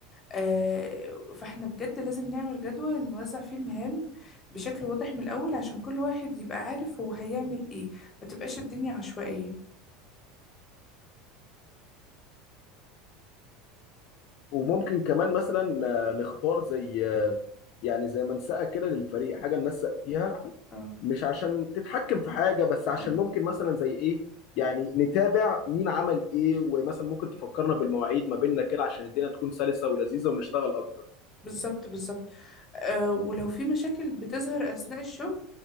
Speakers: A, on the left; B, on the left.
A: آه، فإحنا بجد لازم نعمل جدول نوزع فيه المهام بشكل واضح من الأول عشان كل واحد يبقى عارف هو هيعمل إيه ما تبقاش الدنيا عشوائية
B: وممكن كمان مثلا آه، نختار زي آه، يعني زي منسأة كده للفريق حاجة ننسق فيها
A: اه
B: مش عشان تتحكم في حاجة بس عشان
A: اه
B: ممكن مثلا زي ايه يعني نتابع مين عمل ايه ومثلا ممكن تفكرنا بالمواعيد ما بيننا كده عشان الدنيا تكون سلسة ولذيذة ونشتغل اكتر
A: بالظبط بالظبط آه، ولو في مشاكل بتظهر أثناء الشغل